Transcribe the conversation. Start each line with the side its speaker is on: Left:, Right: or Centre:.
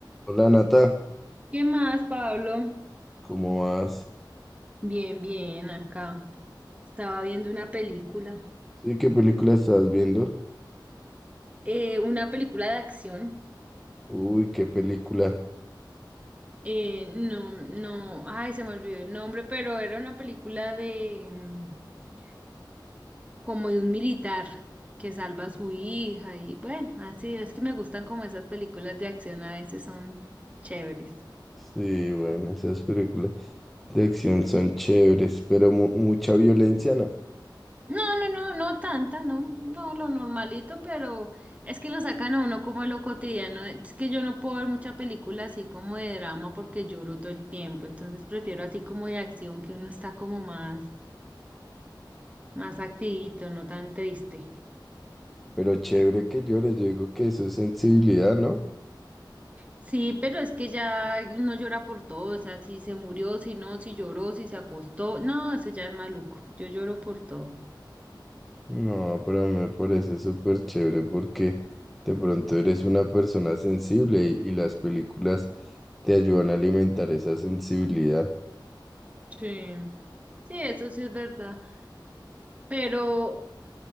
Centre: Hola Nata,
Right: ¿Qué más, Pablo?
Centre: ¿cómo vas?
Right: Bien, bien, acá. Estaba viendo una película,
Centre: Sí, ¿qué película estás viendo?
Right: eh, una película de acción.
Centre: Uy, qué película.
Right: Eh, no, no, ay, se me olvidó el nombre, pero era una película de mm, como de un militar que salva a su hija y bueno, así es que me gustan como esas películas de acción, a veces son chéveres.
Centre: Sí, bueno, esas películas de acción son chéveres, pero mu- mucha violencia no.
Right: No, no, no, no tanta, no, no, lo normalito, pero es que lo sacan a uno como de lo cotidiano. Es que yo no puedo ver mucha película así como de drama porque lloro todo el tiempo, entonces prefiero así como de acción que uno está como más, más activito, no tan triste.
Centre: Pero chévere que llores, yo digo que eso es sensibilidad, ¿no?
Right: Sí, pero es que ya uno llora por todo, o sea, si se murió, si no, si lloró, si se acostó, no, eso ya es maluco, yo lloro por todo.
Centre: No, pero me parece súper chévere porque de pronto eres una persona sensible y, y las películas te ayudan a alimentar esa sensibilidad.
Right: Sí, sí, eso sí es verdad. Pero